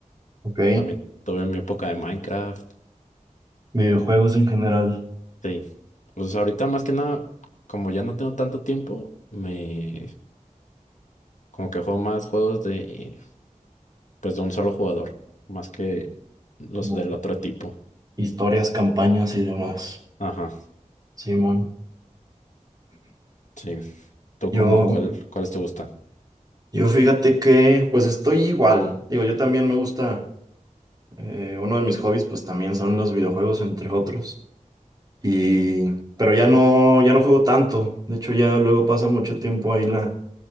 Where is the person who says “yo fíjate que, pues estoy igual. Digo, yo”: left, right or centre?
Right